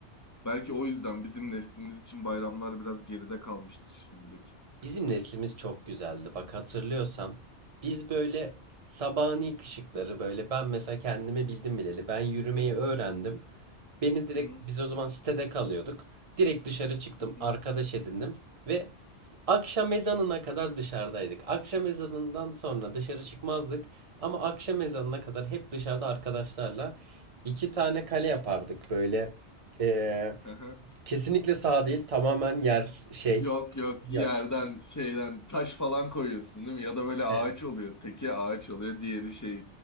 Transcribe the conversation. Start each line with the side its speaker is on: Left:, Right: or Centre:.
Left: Belki o yüzden bizim neslimiz için bayramlar biraz geride kalmıştır şimdilik.
Right: Bizim neslimiz çok güzeldi. Bak hatırlıyorsam biz böyle sabahın ilk ışıkları böyle ben mesela kendime bildim bileli ben yürümeyi öğrendim. Beni direkt
Left: Hı hı.
Right: biz o zaman sitede kalıyorduk. Direkt dışarı çıktım,
Left: Hı hı.
Right: arkadaş edindim ve akşam ezanına kadar dışarıdaydık. Akşam ezanından sonra dışarı çıkmazdık ama akşam ezanına kadar hep dışarıda arkadaşlarla iki tane kale yapardık böyle. eee,
Left: Hı hı.
Right: kesinlikle sağ değil, tamamen yer
Left: <laughs>
Right: şey.
Left: Yok yok
Right: Yok.
Left: yerden şeyden taş falan koyuyorsun değil mi? Ya da böyle ağaç
Right: Evet.
Left: oluyor. Teki ağaç oluyor. Diğeri şey